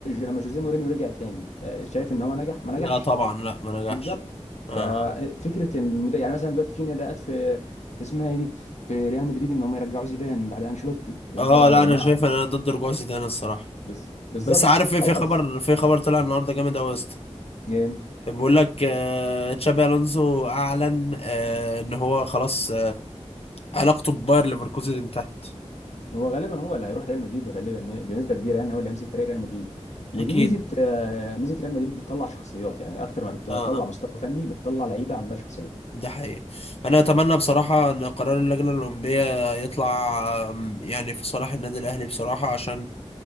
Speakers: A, on the left; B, on the left.
A: لما جوزيه مورينيو رجع تاني آه، شايف ان هو نجح ما
B: لا
A: نجحش
B: طبعا لا ما نجحش
A: بالظبط
B: اه
A: ففكره ان المد... يعني مثلا دلوقتي في نداءات في في اسمها ايه دي في ريال مدريد ان هم يرجعوا زيدان بعد انشيلوتي لا
B: اه
A: طبعا
B: آه، لا
A: يا جماعه
B: انا شايف ان انا ضد رجوع زيدان الصراحه
A: بز... بالظبط
B: بس عارف ايه
A: خلاص
B: في خبر في خبر طلع النهارده جامد قوي يا اسطى
A: إيه،
B: بيقول لك آه، تشابي الونسو اعلن آه، ان هو خلاص آه، علاقته بباير ليفركوزن انتهت
A: هو غالبا هو اللي هيروح ريال مدريد غالبا بنسبه كبيره يعني هو اللي هيمسك فريق ريال مدريد ودي
B: اكيد
A: ميزه آه، ميزه ريال مدريد بتطلع شخصيات يعني اكتر ما بتطلع
B: اه اه
A: مستوى فني بتطلع لعيبه عندها شخصيه
B: ده حقيقي انا اتمنى بصراحه ان قرار اللجنه الاولمبيه يطلع آم، يعني في صالح النادي الاهلي بصراحه عشان